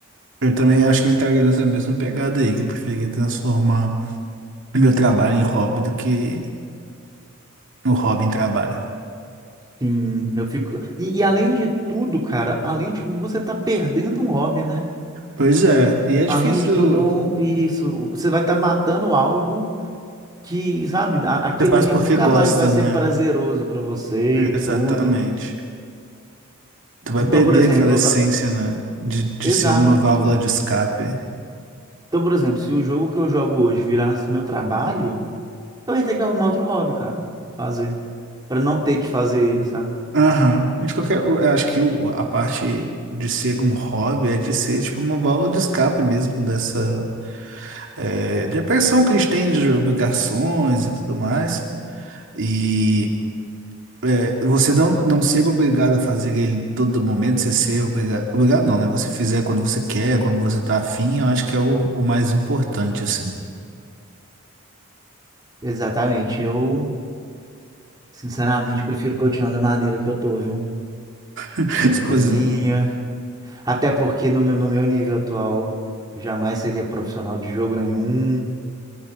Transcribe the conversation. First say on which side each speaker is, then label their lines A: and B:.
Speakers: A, on the right; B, on the right.
A: eu também acho que eu entraria nessa mesma pegada aí, que eu preferia transformar meu trabalho em hobby do que o hobby em trabalho.
B: Sim, eu fico. E, e além de tudo, cara, além de tudo, você tá perdendo um hobby, né?
A: Pois é, e é
B: Além
A: difícil,
B: de tudo, isso, você vai estar matando algo que, sabe, a- aquilo
A: você faz
B: ali
A: porque
B: nunca
A: gosta,
B: mais vai ser
A: né?
B: prazeroso para você
A: Exatamente.
B: e tudo.
A: Tu vai
B: Então,
A: perder
B: por exemplo,
A: aquela essência,
B: a-
A: né? De, de
B: exato.
A: ser uma válvula de escape.
B: Então, por exemplo, se o jogo que eu jogo hoje virasse meu trabalho, eu ia ter que arrumar outro hobby, cara, fazer, para não ter que fazer ele, sabe?
A: Aham. De qualquer, eu acho que o- a parte de ser um hobby é de ser tipo uma válvula de escape mesmo dessa é, depressão que a gente tem de obrigações e tudo mais. E é, você não, não ser obrigado a fazer ele todo momento, você ser obrigado. Obrigado não, né? Você fizer quando você quer, quando você tá afim, eu acho que é o, o mais importante, assim.
B: Exatamente. Eu, sinceramente, prefiro continuar da maneira que eu tô, viu?
A: <laughs>
B: Tranquilinho.
A: Só fazendo.
B: Até porque no meu, no meu nível atual, eu jamais seria profissional de jogo nenhum.